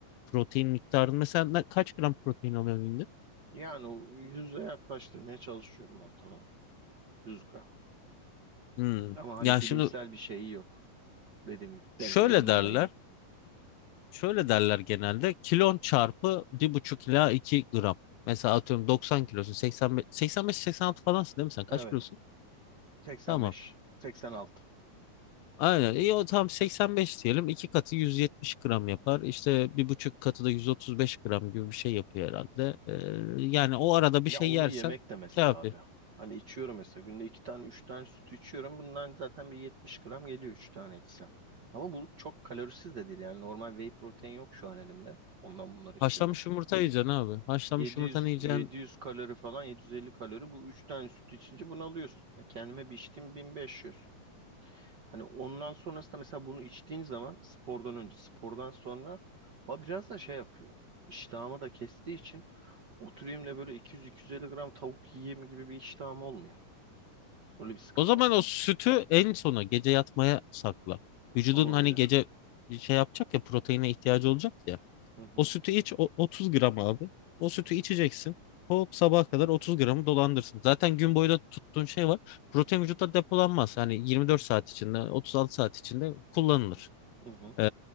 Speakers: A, on the left (about 85°); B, on the right (about 60°).
A: Protein miktarını mesela ne- kaç gram protein alıyorsun günde?
B: Yani o yüze yaklaştırmaya çalışıyorum ortalama. 100 gram.
A: Hmm.
B: Ama hani
A: Ya
B: bilimsel
A: şimdi
B: bir şeyi yok. Dediğim gibi
A: şöyle
B: deneme <laughs> yanılmaydı.
A: derler. Şöyle derler genelde. Kilon çarpı bir buçuk ila 2 gram. Mesela atıyorum 90 kilosun. 85, 85-86 falansın değil mi sen? Kaç
B: Evet.
A: kilosun?
B: 85.
A: Tamam.
B: 86.
A: Aynen. İyi o tam 85 diyelim. iki katı 170 gram yapar. İşte bir buçuk katı da 135 gram gibi bir şey yapıyor herhalde. Ee, yani o arada
B: Ya
A: bir şey
B: onu
A: yersen
B: yemek de mesela
A: kafi.
B: abi. Hani içiyorum mesela günde iki tane üç tane süt içiyorum. Bundan zaten bir 70 gram geliyor üç tane içsem. Ama bu çok kalorisiz de değil yani normal whey protein yok şu an elimde. Ondan bunları içiyorum.
A: Haşlanmış yumurta yiyeceksin abi. Haşlanmış
B: Yedi
A: yumurtanı
B: yüz
A: yiyeceksin.
B: yedi yüz kalori falan 750 kalori bu üç tane süt içince bunu alıyorsun. Ya kendime bir içtiğim 1500. Hani ondan sonrasında mesela bunu içtiğin zaman spordan önce spordan sonra o biraz da şey yapıyor. İştahımı da kestiği için oturayım da böyle 200-250 gram tavuk yiyeyim gibi bir iştahım olmuyor. Öyle bir sıkıntı
A: O zaman
B: var.
A: o sütü en sona gece yatmaya sakla. Vücudun
B: Olabilir.
A: hani gece şey yapacak ya proteine ihtiyacı olacak ya.
B: Hı hı,
A: O sütü iç o- 30 gram abi. O sütü içeceksin. Hop sabaha kadar 30 gramı dolandırsın. Zaten gün boyu da tuttuğun şey var. Protein vücutta depolanmaz. Hani 24 saat içinde, 36 saat içinde kullanılır.
B: hı hı,
A: Ee,